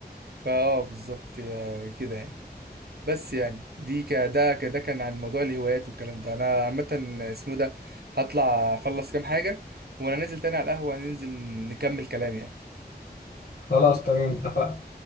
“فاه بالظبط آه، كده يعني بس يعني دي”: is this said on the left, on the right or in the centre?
Right